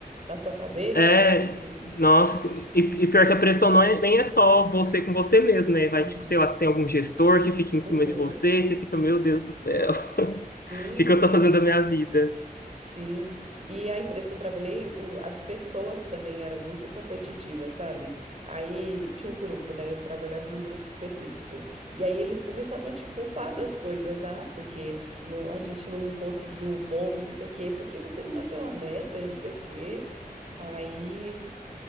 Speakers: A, on the right; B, on the left.
A: na sua cabeça,
B: É,
A: sabe?
B: nossa, assim, e, e pior que a pressão não é, nem é só você com você mesmo, né? Vai,
A: Uhum.
B: tipo, sei lá, se tem algum gestor que fica em cima
A: Uhum.
B: de você, você fica, meu Deus do céu, <laughs> o
A: Sim,
B: que que eu tô fazendo da minha vida?
A: sim. E a empresa que eu trabalhei, o- as pessoas também eram muito competitivas, sabe? Aí tinha um grupo, né? Eu trabalhava num grupo específico. E aí eles começavam a te culpar das coisas. Ah, porque não, a gente não conseguiu o bônus, não sei o quê. Por que você não bateu a meta e não sei o quê? Aí,